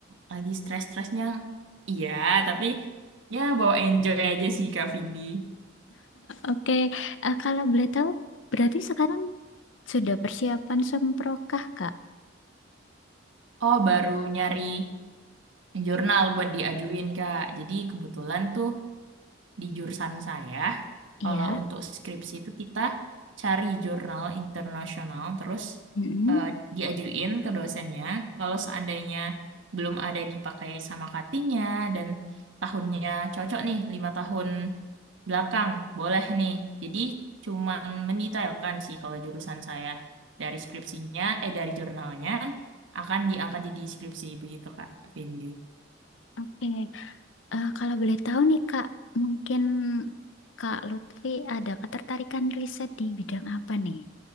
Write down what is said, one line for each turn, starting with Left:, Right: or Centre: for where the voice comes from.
Right: lagi stres-stresnya. Iya, tapi ya bawa enjoy aja sih Kak Vindi.
Left: Oke, eh, kalau boleh tahu, berarti sekarang sudah persiapan semprokah Kak?
Right: Oh, baru nyari jurnal buat diajuin, Kak. Jadi kebetulan tuh di jurusan saya,
Left: Iya.
Right: kalau untuk skripsi itu kita cari jurnal internasional, terus
Left: Mm-mm.
Right: eh, diajuin ke dosennya. Kalau seandainya belum ada dipakai sama cuttingnya dan tahunnya cocok nih, lima tahun belakang, boleh nih. Jadi cuman mendetailkan sih kalau jurusan saya dari skripsinya, eh dari jurnalnya akan diangkat jadi skripsi begitu Kak Vindi.
Left: Oke. Eh, kalau boleh tahu nih Kak, mungkin Kak Lutfi ada ketertarikan riset di bidang apa nih?